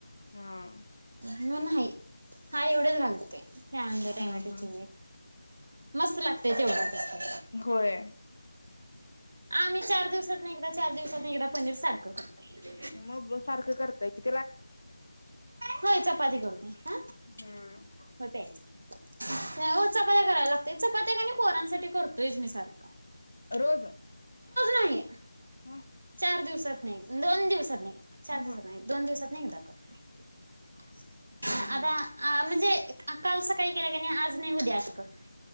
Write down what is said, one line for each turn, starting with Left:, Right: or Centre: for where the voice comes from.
Left: हा
Right: - मग नाही हा एवढ घालं कांद,
Left: हा
Right: टामॅटो
Left: हा
Right: ची भी मस्त लाग तय तेवढंच कि
Left: होय.
Right: आम्ही चार दिवसातंन एकदा चार दिवसातंन एकदा पनीर सारखं करतोय
Left: मग ब सारखं करत्याय कि तू
Right: होय चपाती करतोय. ह्?
Left: हम्म
Right: होय प्यायचं. होय चपात्या कराय लागतेय चपात्या कणी पोरांसाठी करतोय मी सारखी
Left: रोज.
Right: नाही
Left: हं.
Right: चार दिवसात नाही. दोन दिवसात नाही. चार
Left: अहं
Right: दिस दोन दिवसात- <unintelligible>
Left: हम्म
Right: आता,
Left: हम्म
Right: आ म्हणजे काल सक - काही केलं का नाही, आज नाही उद्या असं करते.